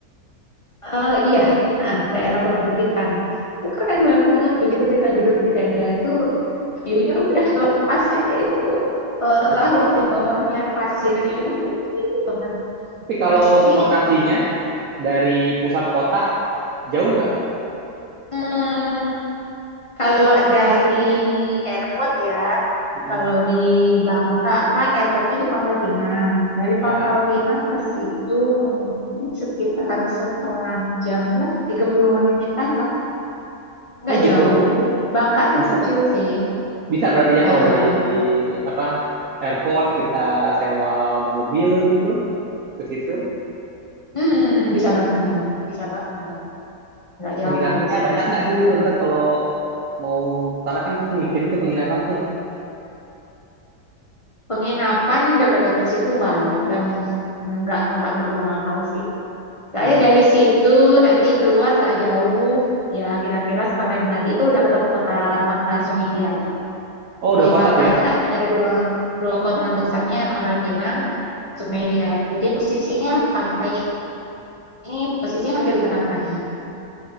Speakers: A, on the left; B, on the right.
A: Eh, iya, ah, daerah perbukitan. Itu keren banget. Begitu kita duduk di tenda itu, view-nya udah lepas aja itu eh,
B: Wow.
A: laut di bawahnya, pasirnya itu putih banget,
B: Tapi kalau
A: bersih.
B: lokasinya dari pusat kota jauh nggak?
A: Hmm, kalau dari airport ya,
B: Mm.
A: kalau di Bangka kan airportnya di Pangkal Pinang. Dari
B: Ya.
A: Pangkal Pinang ke situ mungkin sekitar setengah jam lah, 30 menitan lah, nggak
B: Oh gitu.
A: jauh. Bangka tuh
B: Bisa
A: kecil
B: Kak.
A: sih.
B: Bisa berarti ya
A: Heeh.
B: kalau dari apa airport kita sewa mobil gitu ke situ.
A: Hmm, bisa banget, bisa banget. Nggak jauh
B: Penginapannya
A: dari situ.
B: banyak nggak di situ tuh? Ntar kalau mau sana kan pasti mikirin tuh penginapan tuh.
A: Penginapan deket-deket situ banyak dan nggak nggak terlalu mahal sih. Saya
B: Mm.
A: dari situ nanti keluar nggak jauh, ya kira-kira setengah jam lagi itu udah ketemu kota Pang- eh, Sungai Liat.
B: Oh udah
A: Di
B: kota
A: Bangka
B: tuh ya?
A: itu kan ada dua dua kota yang besarnya Pangkal Pinang, Sungai Liat. Jadi posisinya pantai ini posisinya hampir di tengah-tengahnya.